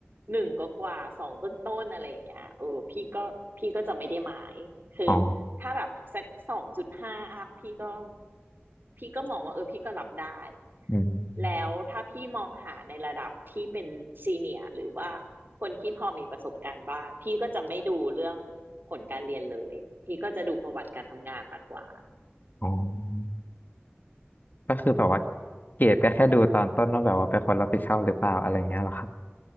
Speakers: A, on the right; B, on the left.
A: หนึ่งกว่าสองต้นๆอะไรอย่างเงี้ยเออพี่ก็พี่ก็จะไม่ได้หมายคือถ้าแบบสักสองจุดห้าอัพพี่ก็
B: อ๋อ
A: พี่ก็มองว่าเออพี่ก็รับได้
B: อืม
A: แล้วถ้าพี่มองหาในระดับที่เป็นซีเนียร์หรือว่า คนที่พอมีประสบการณ์บ้างพี่ก็จะไม่ดูเรื่องผลการเรียนเลยพี่ก็จะดูประวัติการทำงานมากกว่า
B: อ๋อก็คือแบบว่าเกรดก็แค่ดูตอนต้นว่าแบบว่าเป็นคนรับผิดชอบหรือเปล่าอะไรเงี้ยเหรอครับ